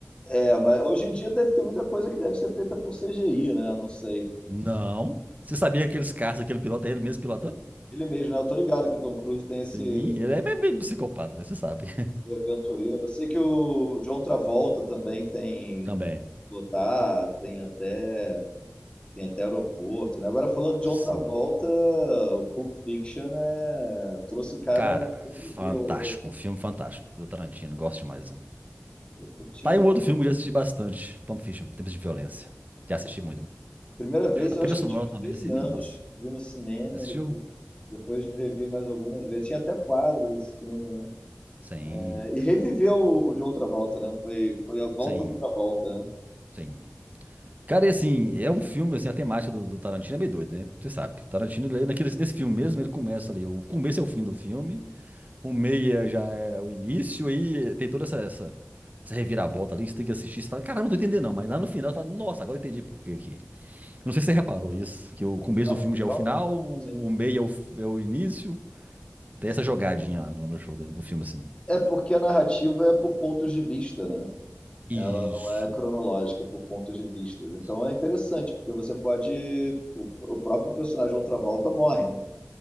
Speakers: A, on the left; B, on the right.
A: É, mas hoje em dia deve ter muita coisa que deve ser feita por CGI, né? Eu não sei.
B: Não. Você sabia que aqueles caras, aquele piloto, é ele mesmo pilotando?
A: Ele mesmo, né? Eu tô ligado que o Tom Cruise tem esse
B: Sim, ele é meio meio psicopata, né? Você sabe.
A: aventureiro. Eu sei que o John Travolta também tem
B: <laughs> Também.
A: pilotar, tem até Tem até aeroporto, né? Agora, falando de
B: Sim.
A: John Travolta, o Pulp Fiction né, trouxe o cara,
B: Cara,
A: reviveu
B: fantástico.
A: ele.
B: Um filme fantástico do Tarantino. Gosto demais. Um.
A: Eu tinha,
B: Tá aí um outro filme que eu já assisti bastante. Pulp Fiction, Tempos de Violência. Já assisti muito.
A: primeira vez,
B: A
A: eu
B: trilha
A: acho que
B: sonora
A: eu tinha uns
B: também,
A: 13
B: assim,
A: anos,
B: é muito massa.
A: vi no cinema,
B: Você assistiu?
A: depois, depois revi mais algumas vezes. Tinha até quadro desse filme, né?
B: Sim,
A: É, E reviveu o, o John Travolta, né? Foi, foi a volta
B: sim,
A: do Travolta, né?
B: sim. Cara, e assim, é um filme, assim, a temática do, do Tarantino é meio doido, né? Você sabe. Tarantino, ele, naquele, nesse filme mesmo, ele começa ali. O começo é o fim do filme. O meia já é o início aí tem toda essa, essa, essa reviravolta ali que você tem que assistir. Você fala, caramba, não tô entendendo não. Mas lá no final você fala, nossa, agora eu entendi por quê que. Eu Não sei se você reparou isso, que o começo
A: Não,
B: do filme já é
A: não,
B: o final, o
A: sim,
B: o meia é o, é o início. Tem
A: sim.
B: essa jogadinha lá no, no jogo, no filme assim.
A: É porque a narrativa é por pontos de vista, né?
B: Isso.
A: Ela não é cronológica por pontos de vista. Então
B: Isso.
A: é interessante, porque você pode. O, o próprio personagem John Travolta morre, né?